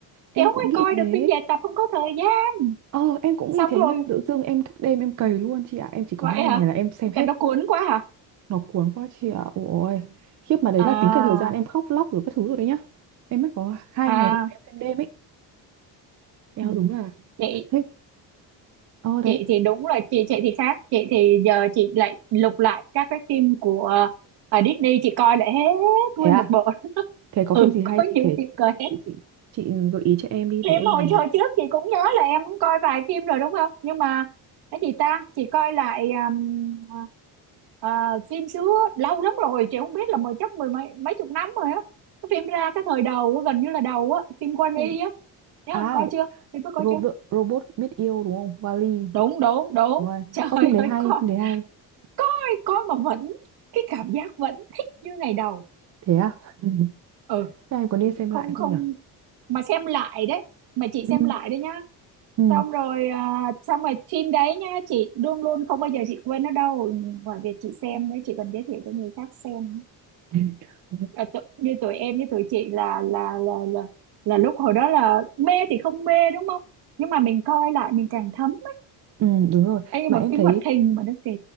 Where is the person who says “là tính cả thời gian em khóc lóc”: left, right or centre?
Right